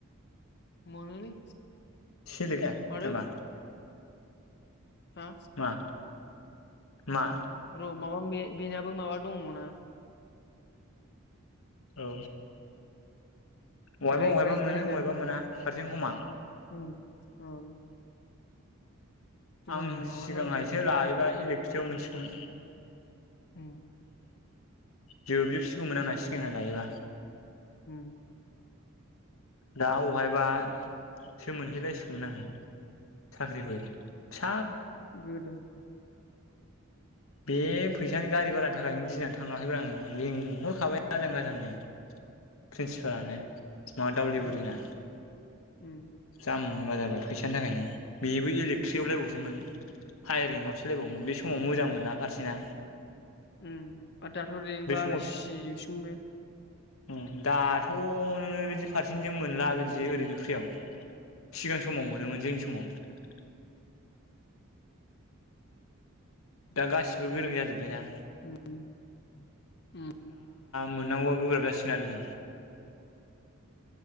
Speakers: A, on the left; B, on the left.
A: मोनोलै
B: सिलेगा
A: माथो
B: जाम्बा
A: हा
B: मा? मा
A: र' माबा मे बेनाबो माबा दङ ना?
B: औ बहायबा-बहायबा
A: रेंबाय
B: मोनो
A: थायोना
B: बहायबा मोना फारसेन्ट खमा
A: उम औ। जिखुनु
B: आं
A: जाया माबा
B: सिगांहायसो
A: नायनो र'
B: लायोबा इलेक्ट्रिकआव मोनसिगौमोन।
A: उम।
B: जोबजोबसिगौमोन आंना सिगांखनो लायोबा।
A: उम।
B: दा अहायबा सोमोनहैलायसिगौमोन आङो साख्रिबो फिसा
A: गोदान
B: बे फैसानि गारि भारानि थाखायनो गिनानै थाङाखैब्रा आङो लेंंहरखाबाय आजां-गाजांनो। प्रिन्सिपालानो मा दावलिगुरिना।
A: उम उम।
B: जामबा जाबाय फैसानि थाखायनो बेबो इलेकट्रिआवलाय अबावसो मोननो? फायारिंआव सोलायबावोमोन बे समाव मोजां मोनना फारसेना?
A: उ आरो दाथ' रेंक
B: बे
A: बारायसिगौसो
B: समाव
A: बे।
B: उम दाथ' नोङो बिदि फारसेन्टजों मोनला बिदि ओरैनो। फ्रियाव सिगां समाव मोनोमोन जोंनि समाव। दा गासिबो गोरों जाजोब्बाय ना।
A: उम उम।
B: मोननांगौबा गोब्राब जासिगोन आरो जों।